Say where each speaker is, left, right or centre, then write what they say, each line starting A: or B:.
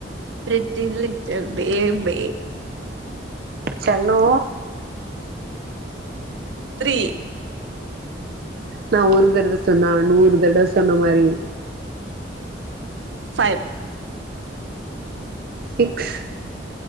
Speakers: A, on the right; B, on the right.
A: ப்ரீட்டி லிட்டில் பேபி
B: செல்லோ
A: த்ரீ
B: நா ஒரு தடவ சொன்னா நூறு தடவ சொன்ன மாரி
A: five
B: six